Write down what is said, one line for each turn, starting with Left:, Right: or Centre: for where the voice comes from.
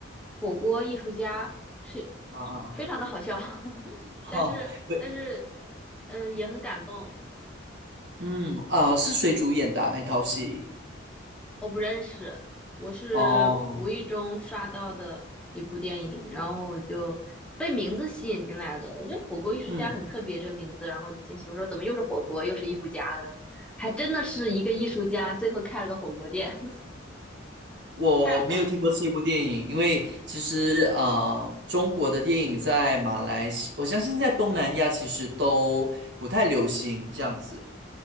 Centre: 《火锅艺术家》，是
Right: 啊啊，啊！
Centre: 非常的好笑，<laughs>
Right: <laughs> 哈、
Centre: 但是但是
Right: 不，
Centre: 嗯也很感动。
Right: 嗯啊、是谁主演的啊那套戏？
Centre: 我不认识，我是无意中刷到的一部电影，
Right: 哦，
Centre: 然后我就被名字吸引进来的。我觉得“火锅艺术家”很特别这个名字，
Right: 嗯。
Centre: 然后就进去，我说怎么又是火锅，又是艺术家的？还真的是一个艺术家，最后开了个火锅店。<laughs>
Right: 我没有听过这部电影，
Centre: 他，
Right: 因为其实啊、呃中国的电影在马来西我相信在东南亚其实都不太流行这样子